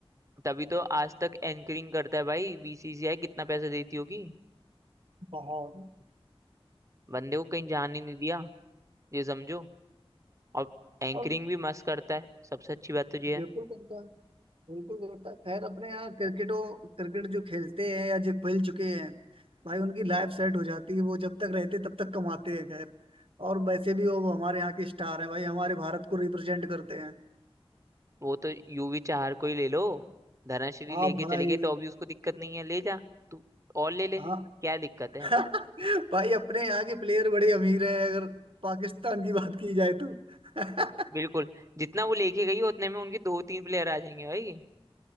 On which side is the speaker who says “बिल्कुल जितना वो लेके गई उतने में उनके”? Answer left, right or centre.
Right